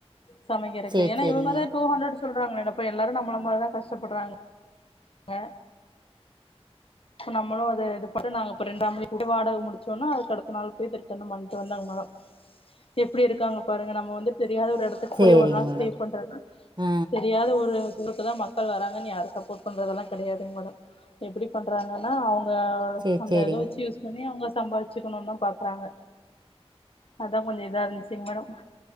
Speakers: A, on the left; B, on the right.
A: சமைக்கிறக்கு
B: சேரி
A: ஏன்னா
B: சேரிங்க
A: இவங்கதா டூ ஹண்ட்ரட் சொல்றாங்கள என்னப்ப எல்லாரு நம்மள மாரிதா கஷ்டப்பட்றாங் க இப்ப நம்மளு அது இது பண்ட்டு நாங்க இப்ப ரெண்டாம் மணி கூட வாடக முடிச்சோனா அதுகடுத்த நாள் போய தெட்டர்ன்ன பண்ட்டு வந்தாங்க அந்தமலா எப்டி இருக்காங்க பாருங்க நம்ம வந்து தெரியாத ஒரு எட துக்கு
B: சேரிங்க
A: போய் ஒரு நாள்
B: மேடம்
A: ஸ்டே பண்றனா
B: ஆ
A: தெரியாத ஒரு தூரத்ததா பா கள் வராங்கன்னு யார் சப்போட் பண்றதெல்லா கையாதுங் மேட எப்டி பண்றாங்கன்னா அவுங்க
B: சேரி
A: அந்த
B: சேரிங்க
A: இத வெச்சு யூஸ் பண்ணி அவுங்க சம்பாதிச்சுக்கணு தா பாக்குறாங்க அதா கொஞ்ச இதா இருந்துச்சுங்க மேட